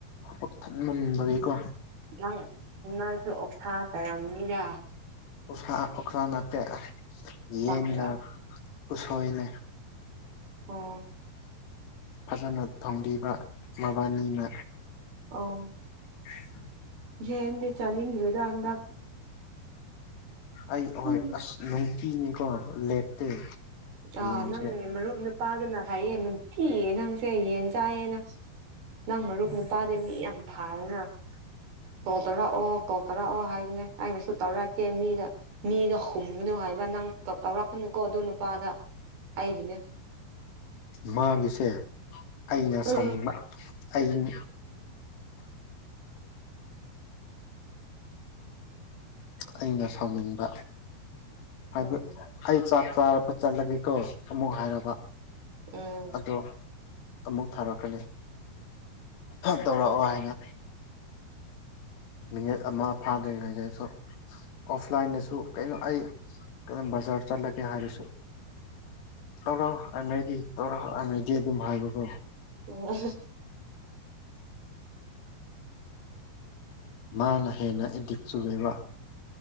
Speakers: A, on the left (about 80°); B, on the right (about 65°).
A: ꯄꯛꯊꯟꯃꯟꯕꯒꯤꯀꯣ
B: ꯅꯪ ꯅꯣꯏꯁꯨ ꯑꯣꯛꯁꯥ ꯆꯥꯔꯝꯅꯤꯗ
A: ꯑꯣꯛꯁꯥ ꯑꯣꯛꯁꯥ ꯅꯅꯥꯠꯇꯦ ꯌꯦꯟꯒ
B: ꯄꯥꯝꯕ꯭ꯔꯥ
A: ꯎꯁꯣꯏꯅꯦ
B: ꯎꯝ
A: ꯐꯖꯅ ꯊꯣꯡꯝꯕꯤꯕ ꯃꯕꯥꯅꯤꯅ
B: ꯑꯣ
A: <unintelligible>
B: ꯌꯦꯟꯦ ꯆ ꯅ ꯏ꯭ꯔꯦꯗ ꯍꯟꯇ
A: ꯑꯩ ꯍꯣꯏ
B: ꯎꯝ
A: ꯑꯁ ꯅꯨꯡꯇꯤꯅꯤꯀꯣ ꯂꯦꯞꯇꯦ
B: ꯑꯥ
A: ꯌꯦꯟꯁꯦ
B: ꯅꯪ ꯃꯔꯨꯞ ꯅꯨꯄꯥꯗꯨꯅ ꯍꯥꯏꯌꯦ ꯅꯨꯡꯇꯤꯌꯦ ꯅꯪꯁꯦ ꯌꯦꯟ ꯆꯥꯏꯌꯦꯅ ꯅꯪ ꯃꯔꯨꯞ ꯅꯨꯄꯥꯗꯤ ꯃꯤ ꯌꯥꯝ ꯐꯥꯔꯦꯅ ꯀꯣ ꯇꯧꯔꯛꯑꯣ ꯀꯣꯜ ꯇꯧꯔꯛꯑꯣ ꯍꯥꯏꯕꯅꯦ ꯑꯩꯅꯁꯨ ꯇꯧꯔꯛꯀꯦ ꯃꯤꯗ ꯃꯤꯗꯣ ꯍꯨꯝꯒꯅꯨ ꯍꯥꯏꯕ ꯅꯪ ꯇꯧꯔꯛꯀꯅꯨꯀꯣ ꯑ ꯅꯨꯄꯥꯗ ꯑꯩꯒꯤꯅꯦ
A: ꯃꯥꯒꯤꯁꯦ ꯑꯩꯅ
B: ꯎꯝ
A: ꯁꯥꯎꯅꯤꯡꯕ ꯑꯩ ꯑꯩꯅ ꯁꯥꯎꯅꯤꯡꯕ ꯍꯥꯏꯕ
B: ꯎꯝ
A: ꯑꯩ ꯆꯥꯛ ꯆꯥꯔꯛꯄ ꯆꯠꯂꯒꯦꯀꯣ ꯑꯃꯨꯛ ꯍꯥꯏꯔꯕ
B: ꯎꯝ
A: ꯑꯗꯣ ꯑꯃꯨꯛ ꯊꯥꯔꯛꯀꯅꯤ ꯇꯧꯔꯛꯑꯣ ꯍꯥꯏꯅ ꯃꯤꯅꯤꯠ ꯑꯃ ꯐꯥꯗ꯭ꯔꯤꯉꯩꯗꯁꯨ ꯑꯣꯐꯂꯥꯏꯟꯗꯁꯨ ꯀꯩꯅꯣ ꯑꯩ ꯀ ꯖꯔ ꯆꯂꯒꯦ ꯍꯥꯏꯔꯁꯨ ꯇꯔꯥꯎ ꯍꯥꯟꯅꯗꯤ ꯇꯧꯔꯥꯎ ꯍꯥꯟꯅꯗꯤ ꯑꯗꯨꯝ ꯍꯥꯏꯕꯀꯣ
B: ꯑꯣ
A: ꯃꯥꯅ ꯍꯦꯟꯅ ꯑꯦꯗꯤꯛ ꯆꯨꯦꯕ